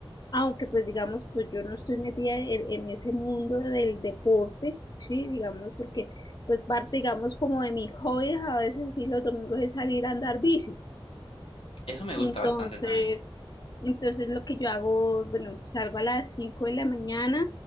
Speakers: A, on the left; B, on the left.
A: Aunque pues digamos, pues yo no estoy metida en, en ese mundo del deporte, sí, digamos, porque pues parte, digamos, como de mis hobbies a veces así los domingos es salir a andar bici.
B: Eso me gusta
A: Entonces,
B: bastante también.
A: entonces lo que yo hago, bueno, salgo a las 5 de la mañana